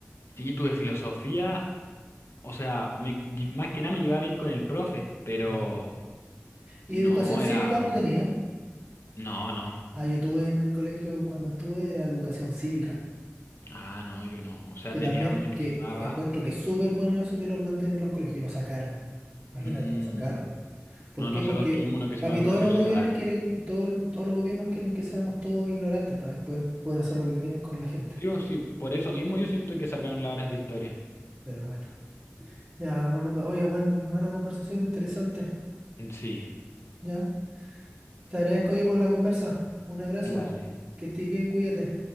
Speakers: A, on the left (about 55°); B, on the right (about 25°).
A: Y tuve filosofía, o sea, me, más que nada me llevaba bien con el profe, pero
B: Ya. ¿Y
A: no
B: educación cívica
A: era,
B: no tenían?
A: no, no.
B: Ah, yo tuve en el colegio cuando estuve era educación cívica,
A: Ah, no, yo no. O sea,
B: que
A: tenía
B: también
A: una que
B: que
A: se llamaba...
B: encuentro que es súper bueno eso que lo planteen en los colegios y lo sacaron. Imagínate,
A: mm,
B: lo sacaron. ¿Por
A: no,
B: qué?
A: nosotros
B: Porque
A: tuvimos una que se
B: para
A: llama
B: mí
A: Educación
B: todos los gobiernos
A: Ciudadana.
B: quieren, todo- todos los gobiernos quieren que seamos todos ignorantes para después poder hacer lo que quieren con la gente.
A: Sí, o sí, por eso mismo yo siento que sacaron las horas de historia.
B: Pero bueno. Ya, pues Luca, oye, buen, buena conversación, interesante.
A: Mm, Sí,
B: Ya. Te agradezco hoy por la conversa. Un abrazo.
A: dale.
B: Que estés bien, cuídate.